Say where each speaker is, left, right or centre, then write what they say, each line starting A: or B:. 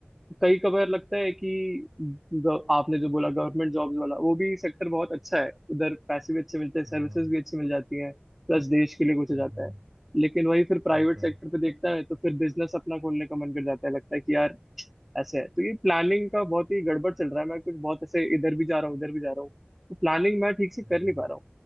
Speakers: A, in the centre; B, on the right.
A: कई कबार लगता है कि ग- आपने जो बोला गवर्नमेंट जॉब्स वाला वो भी सेक्टर बहुत अच्छा है उधर पैसे भी अच्छे मिलते हैं सर्विसेज
B: हाँ हाँ,
A: भी अच्छी मिल जाती हैं प्लस देश के लिए कुछ हो
B: हम्म,
A: जाता
B: हम्म,
A: है लेकिन वही फिर प्राइवेट
B: वो तो
A: सेक्टर
B: है
A: पे देखता है तो फिर बिजनेस अपना खोलने का मन कर जाता है लगता है कि यार ऐसे है तो ये प्लानिंग का बहुत ही गड़बड़ चल रहा है मैं कुछ बहुत ऐसे इधर भी जा रहा हूँ उधर भी जा रहा हूँ तो प्लानिंग मैं ठीक से
B: हाँ,
A: कर नहीं
B: हाँ।
A: पा रहा हूँ